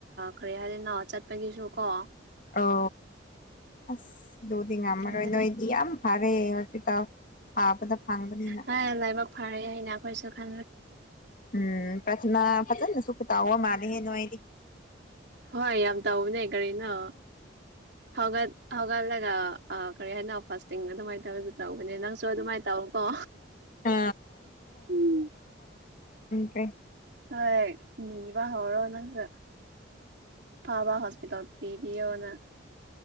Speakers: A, on the right (about 60°); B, on the left (about 45°).
A: ꯀꯔꯤ ꯍꯥꯏꯗꯣꯏꯅꯣ ꯆꯠꯄꯒꯤꯁꯨ ꯀꯣ
B: ꯑꯣ ꯑꯁ ꯑꯗꯨꯗꯨꯗꯤ ꯉꯝꯃꯔꯣꯏ
A: ꯇꯤꯡꯒꯅꯤ
B: ꯅꯣꯏꯗꯤ ꯌꯥꯝ ꯐꯔꯦ ꯍꯣꯁꯄꯤꯇꯥꯜ ꯐꯥꯕꯗ ꯐꯪꯕꯅꯤꯅ
A: ꯍ ꯂꯥꯏꯕꯥꯛ ꯐꯥꯔꯦ ꯍꯥꯏꯅꯥ ꯐꯥꯏꯁꯨ ꯈ
B: ꯎꯝ ꯄ꯭ꯔꯊꯅꯥ ꯐꯖꯅꯁꯨ ꯇꯥꯎ ꯃꯥꯜꯂꯦ ꯍꯦ ꯅꯨꯡꯉꯥꯏꯗꯤ
A: ꯍꯣꯏ ꯌꯥꯝ ꯇꯥꯎꯅꯦ ꯀꯅ ꯍꯒ ꯍꯒꯂꯒ ꯑ ꯀꯔꯤ ꯍꯥꯏꯅ ꯐꯥꯁꯇꯤꯡ ꯑꯗꯨꯃꯥꯏꯅ ꯇꯧꯋꯦ ꯇꯧꯕꯅꯦ ꯅꯪꯁꯨ ꯑꯗꯨꯃꯥꯏꯅ ꯇꯧꯀꯣ
B: ꯑ
A: ꯎꯝ
B: ꯀꯦ
A: ꯍꯣꯏ ꯅꯕ ꯍꯧꯔꯣ ꯅꯪꯁꯨ ꯐꯥꯕ ꯍꯣꯁꯄꯤꯇꯥꯜ ꯄꯤꯕꯤꯌꯣꯅ